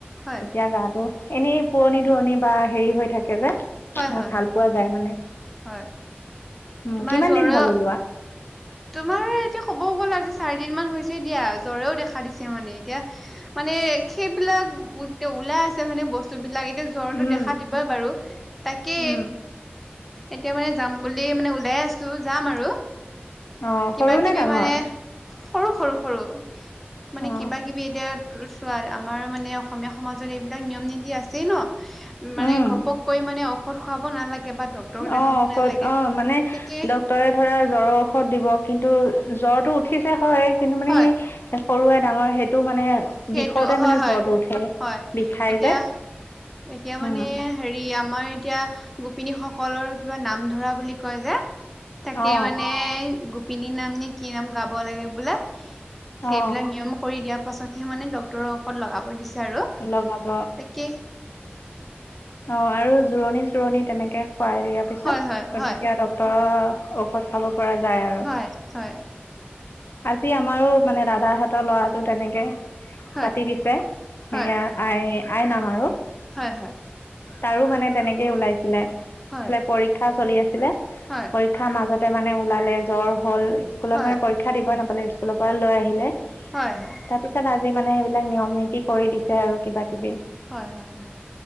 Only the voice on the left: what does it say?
তেতিয়া গাটো এনেই পুৰণি ধুৰণি বা হেৰি হৈ থাক কেবাৰে
ভাল
পোৱা যায় মানে।
উম
কিমান
দিন হ'ল ওলোৱা
উম
উম
অ
সৰু
নে ডাঙৰ
অ
উম
অহ' ঔষধ
অহ, মানে
ড্ক্তৰে ধৰা জ্বৰৰ ঔষধ দিব কিন্তু। জ্বৰটো উঠিছে হয়, কিন্তু মানে
সি সৰুৱে ডাঙৰে সেইটো মানে।
বিষতে
মানে
জ্বৰটো উঠে।
বিষায়
যে।
উম
অ
অ
লগাব
অহ' আৰু জোৰণি চোৰণি তেনেকে খুৱাই দিয়াৰ পিছত,
তেতিয়া ডক্তৰৰ। ঔষধ খাব পৰা যায় আৰু
আজি আমাৰো মানে দাদাহঁতৰ ল'ৰাটো তেনেকে
পাতি দিছে সেয়া
আই, আই নাম আৰু।
তাৰো মানে তেনেকেই ওলাইছিলে এইফালে
পৰীক্ষা চলি আছিলে,
পৰীক্ষাৰ মাজত তে মানে ওলালে জ্বৰ হ'ল, স্কুলত
মানে পৰীক্ষা দিবই নাপালে, স্কুলৰ পৰা লৈ আহিলে।
তাৰ পিছত মানে সেইবিলাক, নিয়ম নীতি কৰি দিছে আৰু কিবা। কিবি